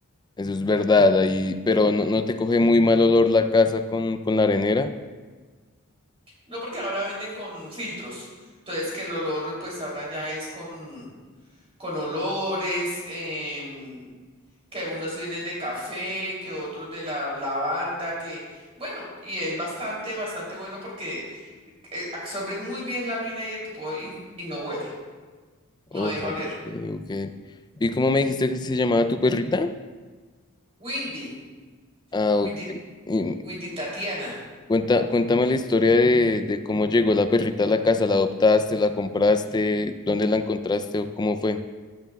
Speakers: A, on the left; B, on the right.
A: Eso es verdad, ahí, pero no, no te coge muy mal olor la casa con, con la arenera.
B: No porque ahora venden con filtros, entonces que el olor pues ahora ya es con, con olores, em, que unos vienen de café, que otros de la lavanda, que bueno, y es bastante, bastante bueno porque eh, absorbe muy bien la orina y el popó y, y no huele,
A: Oh,
B: no deja
A: ok.
B: oler.
A: ok. ¿Y cómo me dijiste que se llamaba tu perrita?
B: Windy,
A: Ah,
B: Windy,
A: ok. Y
B: Windy Tatiana,
A: cuenta, cuéntame la historia de, de cómo llegó la perrita a la casa. ¿La adoptaste, la compraste, dónde la encontraste o cómo fue?